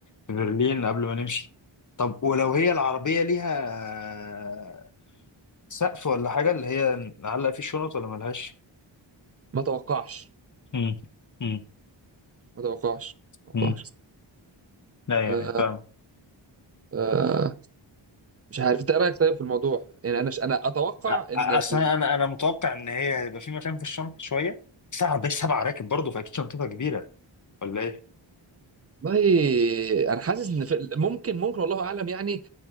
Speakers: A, on the left (about 40°); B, on the right (about 30°).
A: في برلين قبل ما نمشي طب ولو هي العربيه ليها سقف ولا حاجة اللي هي نعلق فيه شنط ولا ملهاش
B: ما توقعش
A: مم. مم.
B: ما توقعش ما توقعش
A: مم. لا
B: آه،
A: يعني فاهم
B: آه، مش عارف انت إيه رايك طيب في الموضوع يعني انا انا اتوقع
A: أ-
B: ان
A: اصل
B: ال-
A: انا انا أنا متوقع ان هي هيبقى في مكان في الشنطه شويه سبعة بس سبعة راكب برضه فاكيد شنطتها كبيره ولا ايه
B: والله انا حاسس ان في- ممكن ممكن والله اعلم يعني